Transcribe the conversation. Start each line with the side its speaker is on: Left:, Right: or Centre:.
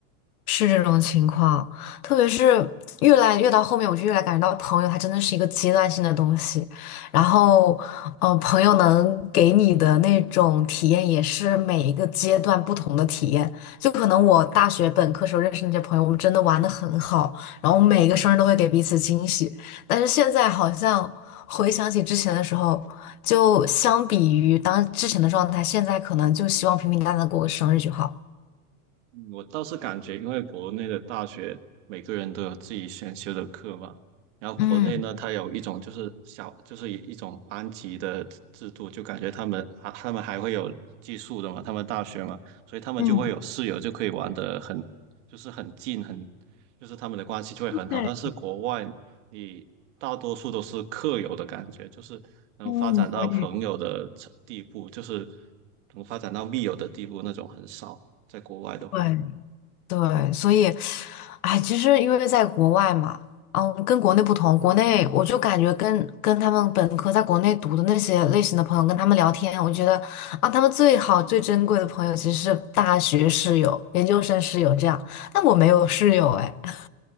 Left: 是这种情况，特别是越来越到后面，我就越来感觉到朋友它真的是一个阶段性的东西。然后，呃，朋友能给你的那种体验也是每一个阶段不同的体验。就可能我大学本科时候认识那些朋友，我们真的玩的很好，然后每个生日都会给彼此惊喜。但是现在好像回想起之前的时候，就相比于当之前的状态，现在可能就希望平平淡淡地过个生日就好。
Right: 嗯我倒是感觉，因为国内的大学每个人都有自己选修的课嘛，然后国内呢，
Left: 嗯
Right: 它有一种就是小，就是一种班级的制制度，就感觉他们还他们还会有寄宿的嘛，他们大学嘛，所以他们就会有室友，
Left: 嗯，
Right: 就可以玩的很，就是很近，很，就是他们的关系就会很好。
Left: 对。
Right: 但是国外，你大多数都是课友的感觉，就是能发展到朋友的程地步，
Left: 嗯，我也
Right: 就是能发展到密友的地步那种很少。在国外的话，
Left: 对对，所以，哎，其实因为在国外嘛，嗯，跟国内不同，国内我就感觉跟跟他们本科在国内读的那些类型的朋友跟他们聊天，我觉得啊，他们最好最珍贵的朋友其实是大学室友、研究生室友这样，但我没有室友哎，<laughs>